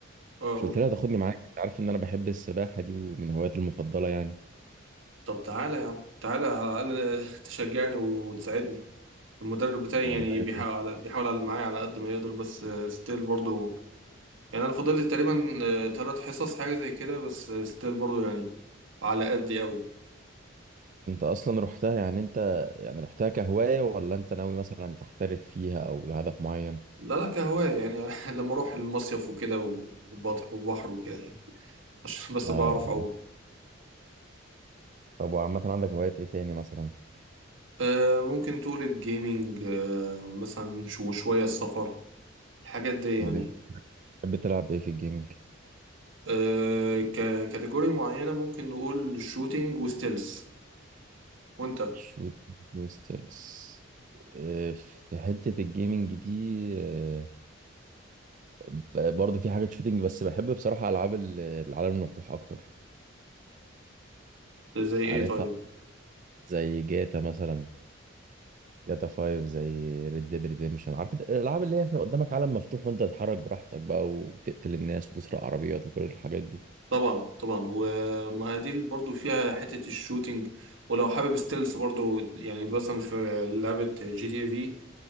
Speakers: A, on the right (about 75°); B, on the right (about 40°).
A: اه
B: مش
A: اقول
B: قلت لي هتاخدني معاك انت عارف ان انا بحب السباحه دي ومن هواياتي المفضله يعني
A: طب تعالى يا عم تعالى على الاقل <laughs> تشجعني وتساعدني المدرب بتاعي
B: والله
A: يعني بيحاول بيحاول على معايا على قد ما يقدر بس ستيل برضو يعني انا فاضل لي تقريبا ثلاث حصص حاجه زي كده بس ستيل برضو يعني على قدي قوي
B: انت اصلا رحتها يعني انت يعني رحتها كهوايه ولا انت ناوي مثلا تحترف فيها او لهدف معين
A: لا لا كهواية يعني <laughs> لما اروح المصيف وكده وبحر وبحر وكده يعني عشان بس
B: آه.
A: بعرف أعوم
B: طب وعامه عندك هوايات ايه تاني مثلا
A: آه ممكن تقول الجيمينج آه مثلا شو- وشوية السفر الحاجات دي يعني
B: بتحب تلعب ايه في الجيمنج
A: آه ككاتيجوري معينة ممكن نقول شوتينج وستيلز وانت
B: شوت كوستلز آه، في حتة الجيمنج دي آه، ب- برضه في حاجة شوتينج بس بحب بصراحة ألعاب ال- العالم المفتوح أكتر
A: زي ايه
B: عارفها
A: طيب
B: زي جاتا مثلا جاتا 5 زي ريد ديد ريديمشن عارف انت الألعاب اللي هي في قدامك عالم مفتوح وأنت تتحرك براحتك بقى وتقتل الناس وتسرق عربيات وكل الحاجات دي
A: طبعا طبعا وما دي برضو فيها حتة الشوتينج ولو حابب ستيلز برضو يعني مثلا في لعبة جي تي اي في